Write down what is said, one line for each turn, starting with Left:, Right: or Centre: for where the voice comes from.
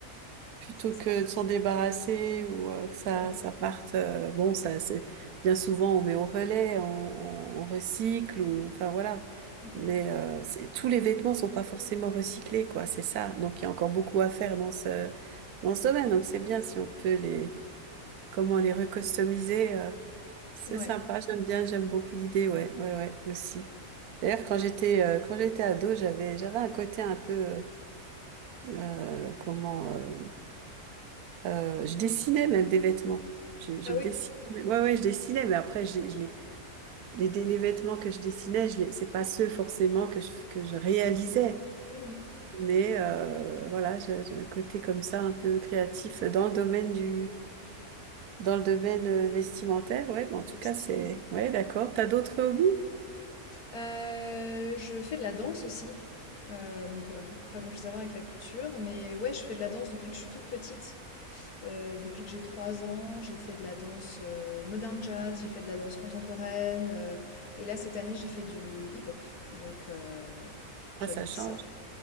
Right: plutôt
Left: C'est ça.
Right: que de s'en débarrasser ou euh, que ça
Left: Ouais.
Right: ça parte. euh, bon, ça c'est bien souvent on met au relais, on, on, on recycle ou enfin voilà.
Left: Mmh
Right: Mais euh, c'est- tous les vêtements sont pas forcément recyclés, quoi. C'est ça. Donc il y a encore beaucoup à faire dans ce dans ce domaine. Donc c'est bien si on peut les comment les recustomiser. euh, c'est
Left: mh. Ouais.
Right: sympa, j'aime bien, j'aime beaucoup l'idée, ouais, ouais, ouais, aussi. D'ailleurs, quand j'étais euh, quand j'étais ado, j'avais j'avais un côté un peu euh, euh, comment euh, euh, je dessinais même des vêtements. Je, je
Left: ah
Right: dessinais,
Left: oui.
Right: ouais, ouais, je dessinais, mais après, je, je les, les, les vêtements que je dessinais, je les, c'est pas ceux forcément que je, que je réalisais.
Left: Mmh mh.
Right: Mais euh, voilà, j'ai j'ai un côté comme ça un peu créatif dans le domaine du, Dans le domaine euh, vestimentaire, ouais, mais
Left: Le
Right: en
Left: textile.
Right: tout cas, c'est... Ouais, d'accord. T'as d'autres hobbies?
Left: Heu, je fais de la danse aussi, heu, donc heu, pas grand-chose à voir avec la couture, mais ouais, je fais de la danse depuis que je suis toute petite. Heu, depuis que j'ai 3 ans, j'ai fait de la danse, heu, modern jazz, j'ai fait de la danse contemporaine, heu, et là, cette année, j'ai fait du hip-hop, donc heu, j'adore
Right: Ah, ça change.
Left: ça.